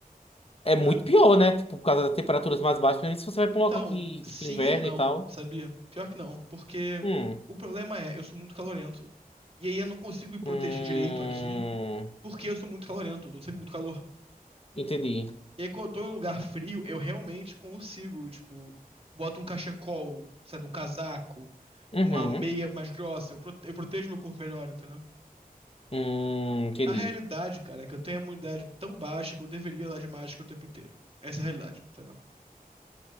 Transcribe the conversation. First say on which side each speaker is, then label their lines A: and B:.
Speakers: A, on the left; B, on the right.
A: É
B: cara?
A: muito pior, né? Tipo, por causa das temperaturas mais baixas, principalmente se você vai
B: Então,
A: pra um local que,
B: sim
A: que tem inverno
B: e não,
A: e tal.
B: sabia? Pior que não, porque
A: Hum.
B: o problema é, eu sou muito calorento. E aí eu não consigo me proteger
A: Hum.
B: direito aqui, porque eu sou muito calorento, eu tô sempre muito calor.
A: Entendi.
B: E aí, quando eu tô em um lugar frio, eu realmente consigo, tipo, boto um cachecol, sabe, um casaco,
A: Uhum.
B: uma meia mais grossa, eu, prote- eu protejo meu corpo melhor, entendeu?
A: Hum, entendi.
B: A realidade, cara, é que eu tenho a imunidade tão baixa que eu deveria andar de máscara o tempo inteiro. Essa é a realidade, entendeu?